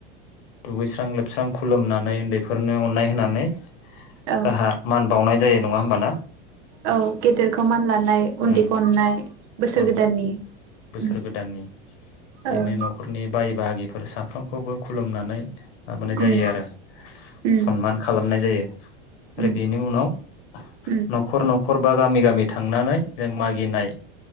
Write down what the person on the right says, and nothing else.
औ
औ गेदेरखौ मानलानाय उन्दैखौ
अननाय। बोसोर
गोदाननि
उम
ओं
उम
उम
उम
उम